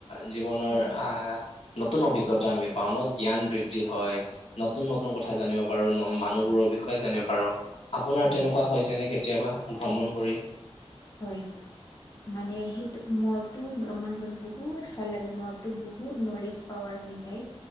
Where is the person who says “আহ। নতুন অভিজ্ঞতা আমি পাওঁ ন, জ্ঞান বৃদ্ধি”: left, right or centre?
Left